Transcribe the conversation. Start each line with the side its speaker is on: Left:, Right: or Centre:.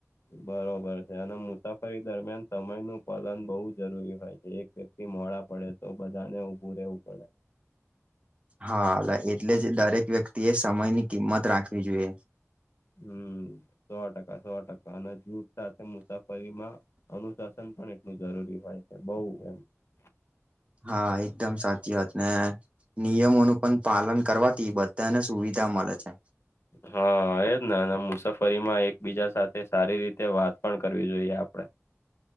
Left: બરોબર છે અને મુસાફરી દરમિયાન સમયનું પાલન બહુ જરૂરી હોય છે. એક ભી મોડા પડે તો બધાને ઊભું રહેેવું પડે.
Right: હા એટલે જ દરેક વ્યક્તિ એ સમય ની કિંમત રાખવી જોઈએ.
Left: હમ્મ, સો ટકા સો ટકા અને જૂથ સાથે મુસાફરીમાં અનુશાસન પણ એટલું જરૂરી હોય છે બઉ એમ.
Right: હા એકદમ સાચી વાત ને નિયમોનું પણ પાલન કરવાથી બધાને સુવિધા મળે છે.
Left: હા એજ ને મુસાફરીમાં એકબીજા સાથે સારી રીતે વાત પણ કરવી જોઈએ આપડે.